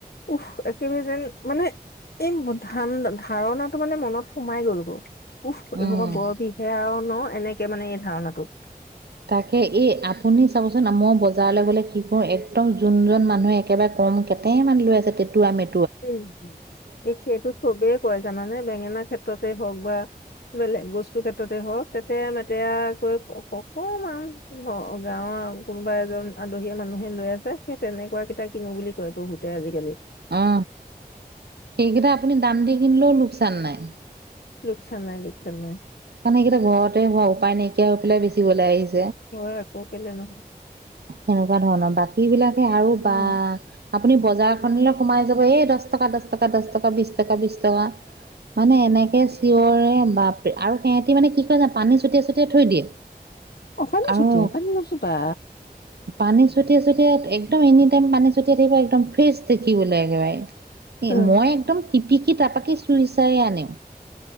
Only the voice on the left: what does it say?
উফ একেবাৰে যেন মানে এই ধান ধাৰণাটো মানে মনত সোমাই গল গ উষ
এই বৰ বিষে আৰু ন এনেকে মানে এই ধাৰণাটোক
উম সেইটো চবেই কৰেয় জানাানে বেঙেনা ক্ষেত্ৰতে হওক বা। বেলেগ বস্তু ক্ষেত্ৰতে হওক তেতে মেতেয়াাকৈ কওকচোন আম গাঁৱৰ অ 'কোনোবা এজন আলহীয়া মানুহে লৈ আছে সেই তেনেকুৱা কেইটা কিনো বুলি কয় বহুতে আজিকালি
লোকচান নাই লুোকচান নাই
হয় একৌ কেলে নহয়
উম,
অফানী
ছুটিয়াই পানী নচোবা
উম,